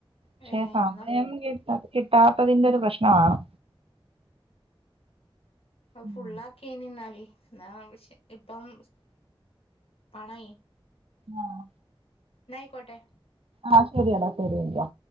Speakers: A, on the right; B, on the left.
A: പക്ഷെ
B: ഏ
A: സമയം
B: എന്നാ
A: കിട്ട കിട്ടാത്തതിന്റെ ഒരു പ്രശ്നമാണ് ഉം.
B: ഫുള്ള് ആക്കിനി നിന്നാലി എന്നാ ഇപ്പം പണായി
A: ആഹ്
B: എന്ന ആയിക്കോട്ടെ
A: ആഹ് ശരിയട ശരി എന്നാ